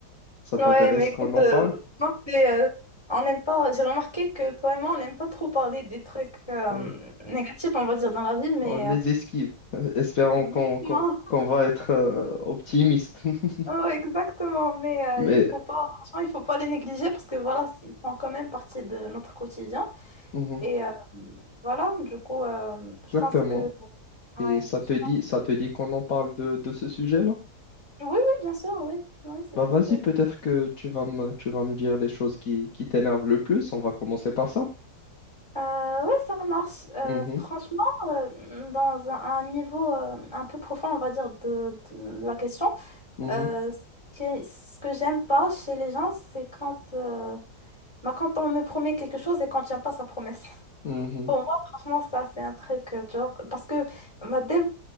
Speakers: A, on the left; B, on the left.
A: Ça
B: Ouais,
A: t'intéresse
B: mais écoute,
A: qu'on en
B: euh,
A: parle?
B: moi, c'est, euh, on n'aime pas, j'ai remarqué que toi et moi, on n'aime pas trop parler des trucs euh,
A: Ouais.
B: négatifs, on va dire, dans la vie, mais
A: On les
B: euh,
A: esquive, <laughs> espérons
B: exactement,
A: qu'on qu'on, qu'on va être euh, optimiste. <laughs>
B: <laughs> Oh, exactement, mais euh,
A: Mais
B: il faut pas, franchement, il faut pas les négliger parce que voilà, ils font quand même partie de notre quotidien.
A: mhm,
B: Et euh, voilà, du coup, euh, je
A: exactement.
B: pense que, ouais,
A: Et ça te
B: je-
A: dit,
B: pense-
A: ça te dit qu'on en parle de, de ce sujet-là?
B: oui, oui, bien sûr, oui, oui, c'est
A: Bah
B: tranquille.
A: vas-y, peut-être que tu vas me, tu vas me dire les choses qui, qui t'énervent le plus. On va commencer par ça.
B: Euh, ouais, ça marche. Euh,
A: Mhm,
B: franchement, euh, dans un, un niveau euh, un peu profond, on va dire, de, de la question,
A: mhm,
B: euh, ce que, ce que j'aime pas chez les gens, c'est quand, euh, bah, quand on me promet quelque chose et qu'on tient pas sa promesse. <laughs>
A: mhm.
B: Pour moi, franchement, ça, c'est un truc, euh, tu vois, parce que bah, dès, le-